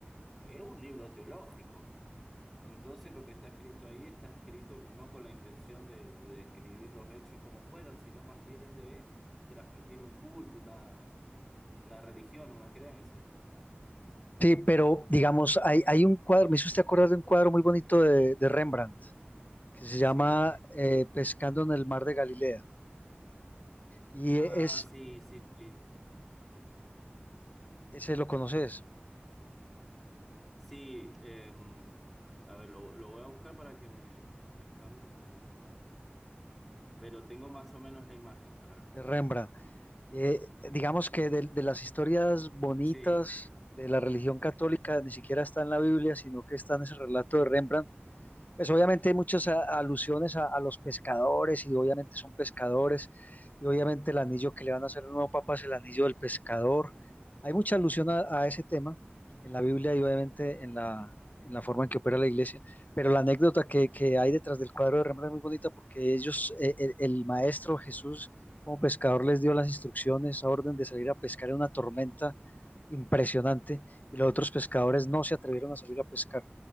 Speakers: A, in the centre; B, on the left (about 45°).
A: es un libro teológico. Entonces lo que está escrito ahí está escrito no con la intención de, de describir los hechos como fueron, sino más bien de transmitir un culto, una, una religión, una creencia.
B: sí, pero digamos, hay, hay un cuadro, me hizo usted acordar de un cuadro muy bonito de, de Rembrandt, que se
A: Sí.
B: llama eh, Pescando en el Mar de Galilea Y
A: Ah,
B: e, es,
A: sí, sí, sí. Sí,
B: ese lo conoces,
A: Rembrandt. Sí, em, a a ver, lo, lo voy a buscar para que me... Pescando en el mar. Pero tengo más o menos la imagen para... colo-
B: de Rembrandt. Eh, digamos que de, de las historias bonitas
A: Sí.
B: de la religión católica ni siquiera está en la Biblia, sino que está en ese relato de Rembrandt Pues obviamente hay muchas a- alusiones a, a los pescadores y obviamente son pescadores y obviamente el anillo que le van a hacer al nuevo papa es el anillo del pescador. Hay mucha alusión a, a ese tema en la Biblia y obviamente en la, en la forma en que opera la iglesia, pero la anécdota que, que hay detrás del cuadro de Rembrandt es muy bonita porque ellos, eh, el, el maestro Jesús como pescador les dio las instrucciones, orden de salir a pescar en una tormenta impresionante y los otros pescadores no se atrevieron a salir a pescar